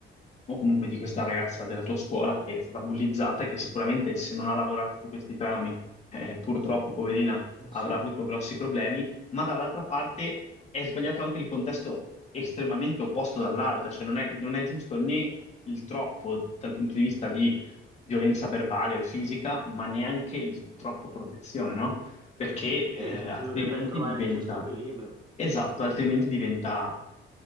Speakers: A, on the left; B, on the right.
A: o comunque di questa ragazza della tua scuola che è stata bullizzata e che sicuramente se non ha lavorato su questi trami, eh, purtroppo, poverina,
B: Eh
A: avrà
B: Sì,
A: avuto grossi problemi, ma dall'altra parte è sbagliato anche il contesto estremamente opposto dall'altra, cioè non è, non è giusto né il troppo dal punto di vista di violenza verbale o fisica, ma neanche il troppo protezione, no? perché eh,
B: sì, bisognerebbe
A: altrimenti
B: trovare
A: diventa,
B: il giusto equilibrio.
A: esatto, altrimenti diventa,